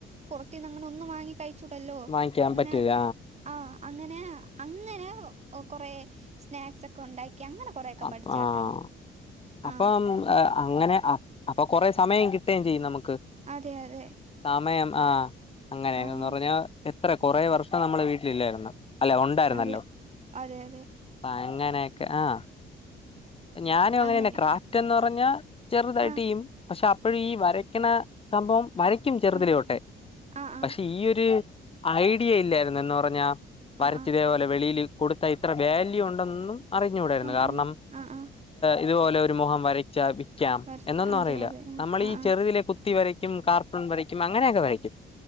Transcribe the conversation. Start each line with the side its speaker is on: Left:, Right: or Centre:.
Right: പുറത്തിന്ന് അങ്ങനെ ഒന്നും വാങ്ങി കഴിച്ചൂടല്ലോ
Left: വാങ്ങിക്കാൻ
Right: അങ്ങനെ
Left: പറ്റൂല
Right: ആഹ് അങ്ങനെ അങ്ങനെ കൊറെ സ്നാക്സ് ഒക്കെ ഉണ്ടാക്കി അങ്ങനെ കൊറെയൊക്കെ
Left: അപ്പം
Right: പഠിച്ചു
Left: ആഹ്
Right: കേട്ടോ ആ
Left: അപ്പം <unintelligible> ഏഹ് അങ്ങനെ അപ്പൊ കൊറെ സമയം കിട്ടെയും ചെയ്യും നമുക്ക്
Right: അതെ അതെ
Left: സമയം ആഹ് അങ്ങനെന്ന്
Right: ആ
Left: പറഞ്ഞാ എത്ര കൊറേ വർഷം നമ്മളെ വീട്ടിലില്ലായിരുന്നോ അല്ല ഉണ്ടായിരുന്നല്ലോ
Right: അതെ അതെ അതെ
Left: അപ്പൊ അങ്ങനെയൊക്ക ആഹ് ഞാനും അങ്ങനെന്നെ
Right: അങ്ങനെയൊക്കെ
Left: ക്രാഫ്റ്റ് എന്ന് പറഞ്ഞാ ചെറുതായിട്ട്
Right: ആ
Left: ചെയ്യും പക്ഷെ അപ്പഴും ഈ വരയ്ക്കണ സംഭവം വര ക്കും ചെറുതിലൊട്ടെ
Right: ആ ആ ആ
Left: പക്ഷെ ഈ ഒരു ഐഡിയ ഇല്ലായിരുന്നു എന്ന് പറഞ്ഞാ വരച്ച്
Right: ആ ആ
Left: ഇതേപോലെ വെളിൽ കൊടുത്താ ഇത്ര വാല്യൂ ഉണ്ടെന്നും അറിഞ്ഞുടായിരുന്നു
Right: ആ
Left: കാരണം
Right: ആ ആ ആ
Left: ഇതുപോലെ ഒരു മുഖം വരച്ച വിൽക്കാം
Right: വരച്ച
Left: എന്നൊന്നും
Right: അതെ
Left: അറിയില്ല
Right: അതെ ആ
Left: നമ്മൾ
Right: ആ
Left: ഈ
Right: ആ.
Left: ചെറുതിലെ കുത്തി വര ക്കും കാർട്ടൂൺ വരക്കും അങ്ങനെയൊക്കെ വരക്കും